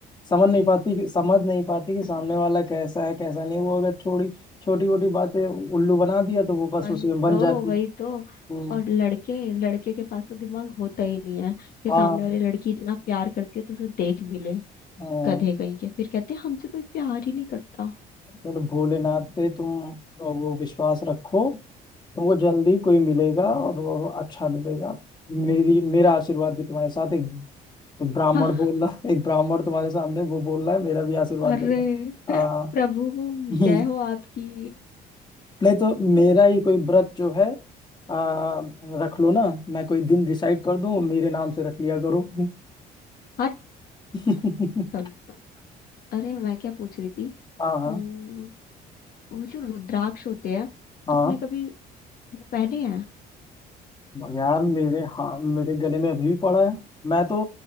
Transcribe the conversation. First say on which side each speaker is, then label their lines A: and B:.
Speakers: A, on the left (about 25°); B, on the left (about 60°).
A: समझ
B: भाई
A: नहीं पाती कि समझ नहीं पाती कि सामने
B: है ना
A: वाला कैसा है कैसा नहीं वो अगर छोटी छोटी मोटी बातें उल्लू बना दिया तो वो बस
B: वही
A: उसी में बन
B: तो
A: जाती
B: वही तो
A: हम्म
B: और लड़के लड़के के पास तो दिमाग होता ही नहीं है कि
A: हाँ
B: सामने वाली लड़की इतना प्यार करती है तो उसे देख भी ले
A: हाँ
B: गधे कहीं के फिर कहते हैं हमसे कोई प्यार ही नहीं करता <laughs>
A: बोले भोलेनाथ पे तुम वो विश्वास रखो तुमको जल्दी कोई मिलेगा और वो अच्छा मिलेगा मेरी मेरा आशीर्वाद भी तुम्हारे साथ है एक ब्राह्मण
B: हाँ,
A: बोल रहा एक ब्राह्मण तुम्हारे सामने वो बोल रहा है मेरा भी आशीर्वाद
B: अरे
A: ले लो आ,
B: प्रभु
A: हम्म,
B: जय हो आपकी
A: नहीं तो मेरा ही कोई व्रत जो है आ, रख लो ना मैं कोई दिन डिसाइड कर दूं मेरे नाम से रख लिया करो
B: हट
A: <laughs>
B: कमीना अरे मैं क्या पूछ रही थी
A: हाँ हाँ
B: उम्म, वो जो रुद्राक्ष होते हैं
A: हाँ
B: तूने कभी वो पहने हैं
A: यार मेरे हाँ मेरे गले में अभी भी पड़ा है मैं तो